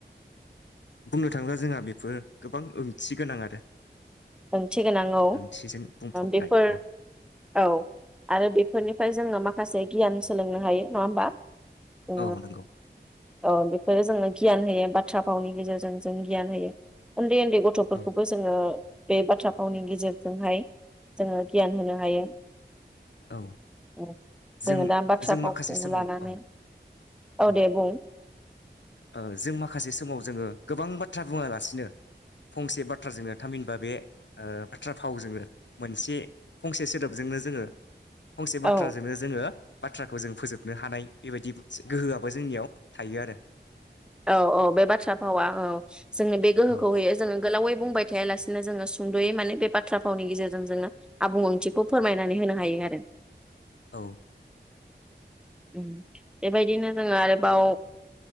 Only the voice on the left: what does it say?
बुंनो थांङोब्ला जोंहा बेफोर गोबां ओंथि गोनां आरो।
ओंथिजों बुंफबनाय
औ
औ नंगौ
औ
औ
जों
जों
माखासे समाव
औ औ
औ जों माखासे समाव जोङो गोबां बाथ्रा बुङालासिनो फंसे बाथ्राजोंनो थामहिनबा बे बाथ्रा फावजोंनो मोनसे फंसे सोदोबजोंनो जोङो फंसे बाथ्राजोंनो
जोङो बाथ्राखौ जों फोजोबनो हानाय बेबायदि गोहोआबो जोंनियाव थायो आरो
आरो
औ